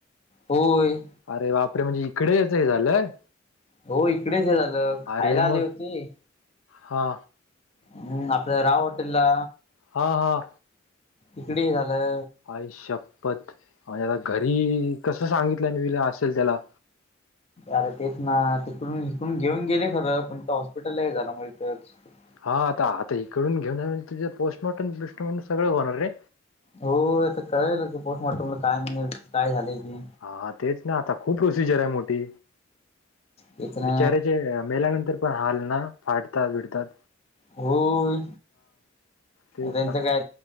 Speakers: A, on the left; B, on the left.
A: होय.
B: अरे बापरे म्हणजे इकडेच हे झालंय?
A: हो इकडेच हे झालं खायला
B: अरे मग
A: आले होते
B: हा.
A: हम्म आपल्या राव हॉटेलला.
B: हा हा.
A: इकडे हे झालंय
B: आई शपथ म्हणजे आता घरी कसं सांगितलं न विला असेल त्याला.
A: अरे तेच ना तिकडून इकडून घेऊन गेले खरं पण तो हॉस्पिटललाही झालं. <unintelligible>
B: हा आता आता इकडून घेऊन जाणे म्हणजे तिजे पोस्टमॉर्टम बिशटून सगळं होणार रे.
A: होय आता कळेल आता पोस्टमॉर्टमला काय म्हणून काय झालेय की.
B: हा तेच ना आता खूप प्रोसिजर आहे मोठी
A: तेच ना
B: बिचार्याचे मेल्यानंतर पण हाल ना फाडतात विडतात.
A: होय
B: तेच
A: त्यांचं
B: ना.
A: काय